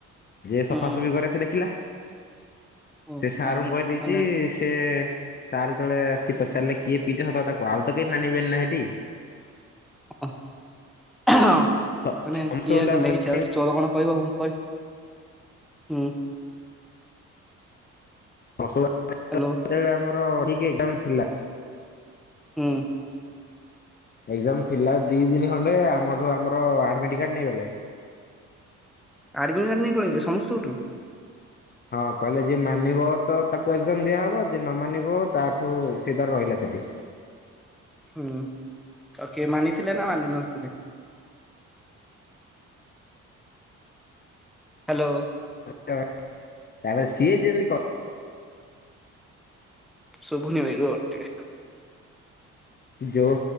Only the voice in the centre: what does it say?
ହୁଁ
ହୁଁ
ହୁଁ
ମାନେ
ହ ହଁ
ମାନେ କିଏ
ନେଇଛି ଆଉ ଚୋର କଣ କହିବ ମୁଁ କହିଁଚି ହୁଁ।
ହାଲୋ।
ହୁଁ।
ଆଡ୍ମିଟ୍ କାର୍ଡ ନେଇ ପଳେଇଥିଲେଲେ ସମସ୍ତଙ୍କଠୁ।
ହୁଁ କିଏ ମାନିଥିଲେ ନା ମାନି ନଥିଲେ? ହାଲୋ
ଶୁଭୁନି ଭାଇ ରୁହ ଟିକେ